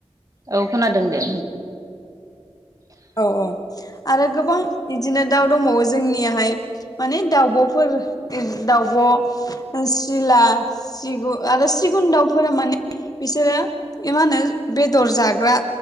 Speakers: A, on the right; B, on the left.
A: औ खोनादों दे।
B: औ औ आरो गोबां बिदिनो दाउ दंबावो जोंनियाहाय माने दाउब'फोर दाउब' सिला सिगुन आरो सिगुन दाउफोरा माने बिसोरो मा होनो बेदर जाग्रा